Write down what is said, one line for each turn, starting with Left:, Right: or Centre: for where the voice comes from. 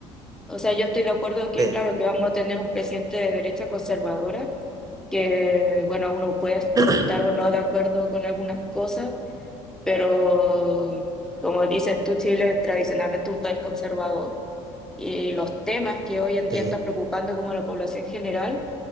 Centre: O sea, yo estoy de acuerdo que,
Right: Sí.
Centre: claro, que vamos a tener un presidente de derecha conservadora, que, bueno, uno puede est-
Right: <clears throat>
Centre: o estar o no de acuerdo con algunas cosas, pero como dices tú, Chile es tradicionalmente un país conservador y los temas que hoy en día
Right: Eh,
Centre: está preocupando como a la población general,